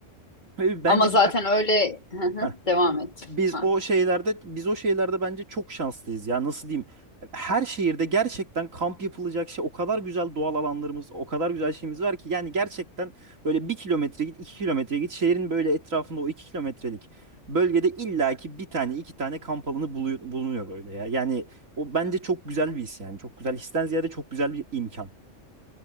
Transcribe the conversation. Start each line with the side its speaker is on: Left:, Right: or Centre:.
Right: Ve bence
Left: Ama zaten öyle Hı hı,
Right: Heh.
Left: devam et
Right: Biz
Left: lütfen.
Right: o şeylerde biz o şeylerde bence çok şanslıyız ya nasıl diyeyim her şehirde gerçekten kamp yapılacak şey o kadar güzel doğal alanlarımız o kadar güzel şeyimiz var ki yani gerçekten böyle bir kilometre git iki kilometre git şehrin böyle etrafında o iki kilometrelik bölgede illaki bir tane iki tane kamp alanı buluyor, bulunuyor böyle ya yani o bence çok güzel bir his yani çok güzel histen ziyade çok güzel bir imkan